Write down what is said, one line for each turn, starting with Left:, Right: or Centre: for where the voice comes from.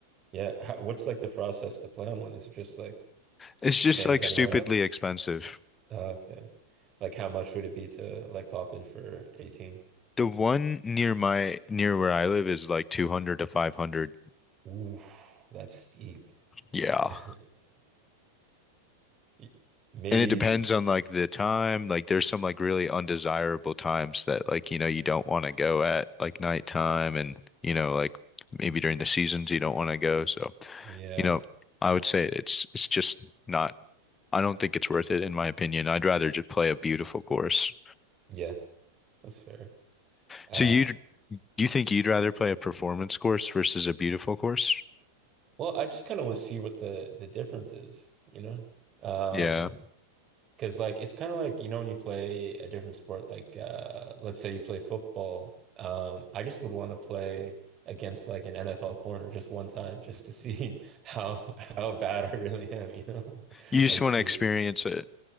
Right: Yeah. How, what's like the process to play on one? Is it just like
Left: It's just
Right: same
Left: like
Right: as anywhere
Left: stupidly
Right: else?
Left: expensive.
Right: Oh, Okay. Like how much would it be to like pop in for 18?
Left: The one near my near where I live is like 200 to 500.
Right: Ooh, that's steep.
Left: Yeah.
Right: <laughs> Y- Maybe,
Left: And it depends on like the time. Like there's some like really undesirable times that like you know you don't want to go at like nighttime and you know like maybe during the seasons you don't want to go. So
Right: yeah,
Left: you know, I would say it's it's just not. I don't think it's worth it in my opinion. I'd rather just play a beautiful course.
Right: yeah, that's fair. Uh,
Left: So you you think you'd rather play a performance course versus a beautiful course?
Right: well, I just kind of want to see what the the difference is, you know? Um,
Left: Yeah.
Right: Because like it's kind of like you know when you play a different sport like uh let's say you play football um I just would want to play against like an NFL corner just one time just to see <laughs> how how bad I really am you know <laughs>
Left: You just
Right: like
Left: want
Right: see
Left: to experience it.